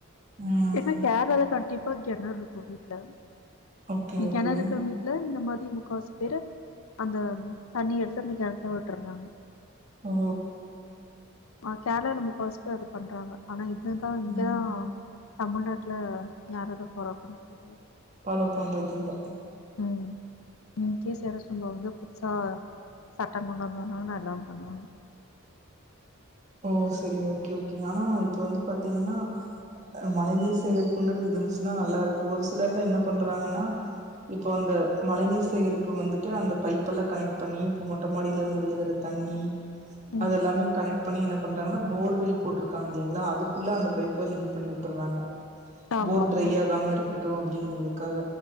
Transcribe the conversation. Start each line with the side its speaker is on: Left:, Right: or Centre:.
Right: ம்
Left: இது கேரளால டிப்பா கெணறு இருக்கு வீட்ல
Right: ஓகே ஓகே
Left: கெணறு இருக்க வீட்டு ல இந்த மாரி முக்கவாசி பேரு அந்த தண்ணி எடுத்து அந்த கெணத்துல விட்டுறாங்க
Right: ஓ
Left: ஆ கேரளால முக்கவாசிப்பேர் அப்டி பண்றாங்க ஆனா இதுதா இங்கதா
Right: ம்
Left: தமிழ்நாட்ல யாரு அத ஃபாலோ பண்றதில்ல
Right: ஃபாலோ பண்றதில்ல
Left: உம் இன்கேஸ் யாராச்சு நம்ப வந்து புதுசா சட்ட கொண்டு வந்த ஒட்னே எல்லா பண்ணுவாங்க
Right: ஓ செரி ஓகே ஓகேங்க ஆனா இப்ப வந்து பாத்தீங்ன்னா மழை நீர் சேகரிப்புங்கிறது இருந்துச்சுன்னா நல்லா இருக்கு ஒரு சிலர்லா என்ன பண்றாங்கன்னா இப்ப அந்த மழை நீர் சேகரிப்பு வந்துட்டு அந்த பைப் எல்லா கனெக்ட் பண்ணி மொட்ட மாடியில இருந்து விழுகுரது தண்ணி
Left: ம்.
Right: அதல்லாமே கனெக்ட் பண்ணி என்ன பண்றாங்கன்னா போர்வில் போட்டிருக்காங்கில்லைங்களா அதுக்குள்ள அந்த பைப்ப லிங்க் பண்ணி வுட்டுறாங்க
Left: ஆமாமா.
Right: போர் ட்ரை ஆகாம இருக்கட்டு அப்டிங்றதுக்காக